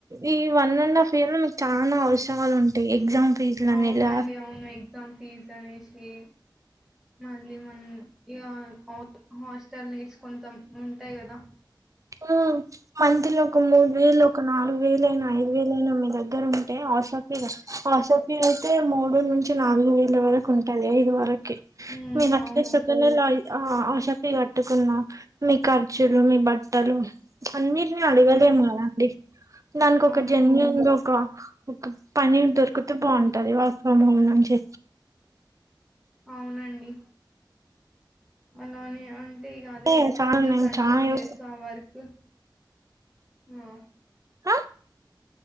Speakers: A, on the right; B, in the centre.
A: ఈ వన్ అండ్ హాఫ్ ఇయర్ లో మీకు చాలా అవసరాలు ఉంటాయి ఎగ్జామ్ ఫీజ్ అనిలా
B: అవునండి అవును ఎగ్జామ్ ఫీజ్ అనేసి మల్లి మనం ఈ అవ హస్ నీడ్స్ కొంతం ఉంటాయి కదా
A: ఉ మంత్లో ఒక మూడు వేలు ఒక నాలుగు వేలుయినా ఐదు వేలు అయినా మీరు దగ్గరు ఉంటే హాస్టల్ ఫీజు హాస్టల్ ఫీజ్ అయితే మూడు నుంచి నాలుగు వేల వర కుంటది ఐదు వరకి
B: ఉమ్
A: మీన్ అట్లీస్ట్
B: అవును
A: ఒక నెల ఆ హాస్టల్ ఫీజ్ కట్టుకున్నా మీ ఖర్చులు మీ బట్టలు అన్నిటిని అడవలేము
B: ఉమ్
A: కదా అండి దానికి ఒక
B: అవును
A: జెన్యూన్ గా ఒక ఒక పని దొరికితే బాగుంటది వర్క్ ఫ్రమ్ హోమ్ నుంచి
B: అవునండి అలాని అంటే ఇగ అదే,
A: ఏ చాలా
B: అదే
A: నేను
B: కంటిన్యూ
A: చాలా యోచి-
B: చేస్తూ ఆ వర్క్ హ
A: ఆ,